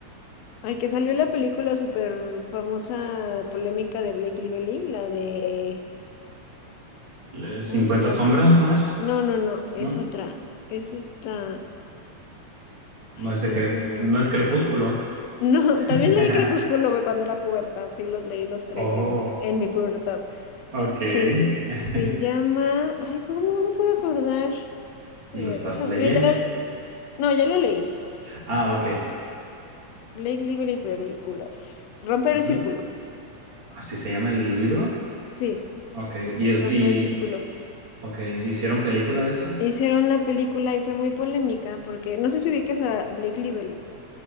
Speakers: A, on the left (about 70°); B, on the right (about 40°).
A: Ay, que salió la película súper famosa, polémica de Blake Lively, la de...
B: le-
A: Ay, ¿cómo
B: 50
A: se llama?
B: sombras, ¿no es?
A: No, no, no, es
B: ¿No?
A: otra. Es esta... Ay,
B: No es
A: se
B: de
A: me
B: cre-
A: fue el nombre.
B: no es Crepúsculo.
A: No, <laughs> también
B: <laughs>
A: leí Crepúsculo güey, cuando era pubertad, sí, los leí los tres
B: Oh,
A: en, en mi pubertad.
B: ok.
A: Sí,
B: <laughs>
A: se llama... Ay, ¿cómo no me puedo acordar?
B: Y
A: A ver,
B: lo estás
A: déjame-
B: leyendo.
A: Literal... No, ya lo leí.
B: Ah,
A: Eh,
B: ok.
A: Blake Lively Películas. Romper
B: Ujú.
A: el círculo.
B: ¿Así se llama el libro?
A: Sí,
B: Ok. ¿Y, es-
A: romper
B: y,
A: el círculo.
B: Ok, ¿hicieron película de eso?
A: Hicieron la película y fue muy polémica porque no sé si ubiques a Blake Lively.